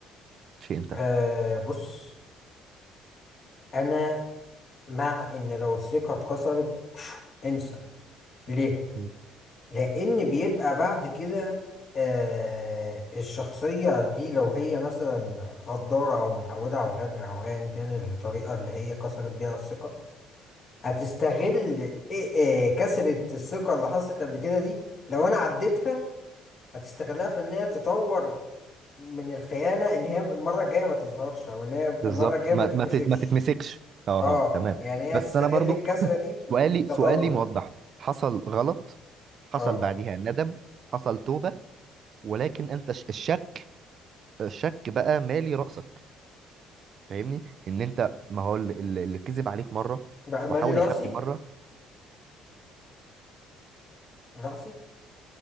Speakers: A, on the right; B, on the left.
A: شيء انتهى
B: آه بص انا مع ان لو الثقة اتكسرت <sniffs> انسى ليه
A: مم.
B: لان بيبقى بعد كده آه الشخصية دي لو هي مثلا غدارة او متعودة على الغدر او ايا كان الطريقة اللي هي كسرت بيها الثقة هتستغل إيه- آه، كسرة الثقة اللي حصلت قبل كده دي لو انا عديتها هتستغلها في ان هي تطور من الخيانة ان هي المرة الجاية ما تظهرش او ان هي
A: بالظبط
B: المرة الجاية
A: ما
B: ما تتكشفش
A: ما تت- ما تتمسكش اه
B: اه
A: آه، تمام
B: يعني هي
A: بس
B: تستغل
A: انا برضو
B: الكسرة دي في
A: سؤالي
B: في التطور
A: سؤالي موضح حصل غلط حصل
B: اه
A: بعديها ندم حصل توبة ولكن انت ش- الشك الشك بقى مالي رأسك فاهمني ان انت ما هو اللي, اللي اللي كذب عليك مرة
B: بقى مالي
A: وحاول
B: راسي
A: يخبي مرة
B: راسي